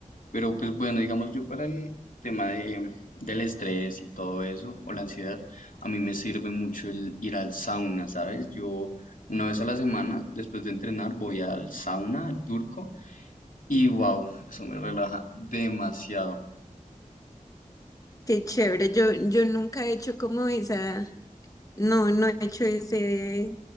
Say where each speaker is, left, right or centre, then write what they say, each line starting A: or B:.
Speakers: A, on the left; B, on the left.
A: Pero pues bueno, digamos yo para el tema de, del estrés y todo eso, o la ansiedad, a mí me sirve mucho el ir al sauna, ¿sabes? Yo una vez a la semana, después de entrenar, voy al sauna, al turco, y wow, eso me relaja demasiado.
B: Qué chévere, yo, yo nunca he hecho como esa, no, no he hecho ese,